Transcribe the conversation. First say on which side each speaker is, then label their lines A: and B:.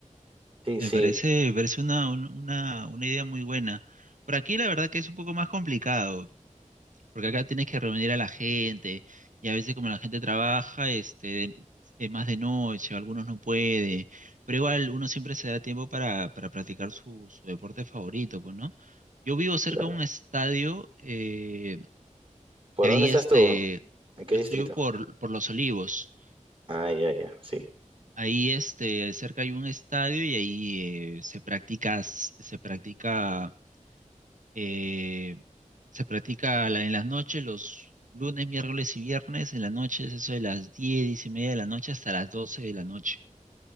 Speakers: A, on the right; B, on the right.
A: Sí,
B: Me
A: sí,
B: parece, me parece una, un- una, una idea muy buena. Por aquí la verdad que es un poco más complicado, porque acá tienes que reunir a la gente y a veces como la gente trabaja, este, es más de noche, algunos no puede, pero igual uno siempre se da tiempo para, para practicar su, su deporte favorito, pues, ¿no? Yo vivo cerca
A: claro.
B: de un estadio, eh,
A: ¿Por
B: De
A: dónde
B: ahí,
A: estás
B: este,
A: tú? ¿En qué
B: yo
A: distrito?
B: estoy por, por Los Olivos.
A: Ah, ya, ya, sí.
B: Ahí, este, cerca hay un estadio y ahí eh, se practica, s- se practica, eh, se practica la- en las noches, los lunes, miércoles y viernes, en las noches, eso de las 10 10 y media de la noche hasta las 12 de la noche.